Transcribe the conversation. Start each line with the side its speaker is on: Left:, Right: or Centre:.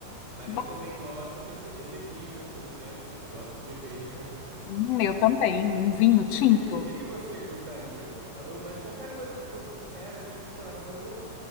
Right: Mas
Left: Que bom.
Right: eu também gosto de receber bebidas, por exemplo, porque eu gosto de beber.
Left: Hum, eu também, um vinho tinto.
Right: O que que, o que que você gostaria? Tá, eu- mas qualquer coisa que for sincera, assim, de coração, eu,